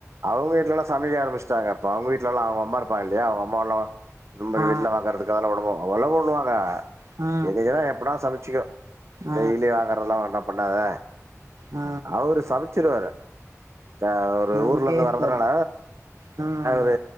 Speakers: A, on the right; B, on the right.
A: அவங்க இல்லன்னா சமைக்க ஆரம்பிச்சிட்டாங்க இப்ப அவங்க வீட்டுல எல்லாம் அவங்க அம்மா இருப்பாங்கல்லையா அவங்க அம்மாலா ரொம்ப
B: ஆ
A: வெளில வாங்கறது அதல உடம்ப அவ்வள பண்ணுவாங்க
B: ஆ
A: என்னைக்னா எப்படா சமைப் சிக்கோ
B: ஆ
A: டெய்லி வாங்கறதுல்லா வேண்டாப் பண்ணாத
B: ஆ
A: அவரு சமச்சிருவாரு த ஒரு
B: ம்
A: ஊர்ல
B: ஜெயஸ்வ
A: இருந்து வரதுனால
B: ம்
A: து